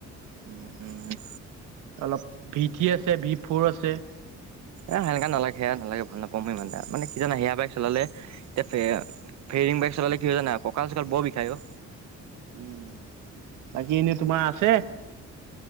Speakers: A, on the right; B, on the right.
A: উম উম উ
B: অলপ ভি থ্ৰি আছে ভি ফ'ৰ আছে।
A: এ সেনেকা নালাগে সেয়া নালাগে ভাল নাপাওঁ মই ইমান এটা, মানে কি জানা সেয়া বাইক চলালে, এতিয়া ফেৰিং বাইক চলালে কি হয় জানা, কঁকাল চকাল বৰ বিষায় অ
B: উম, বাকী এনেই তোমাৰ আছে।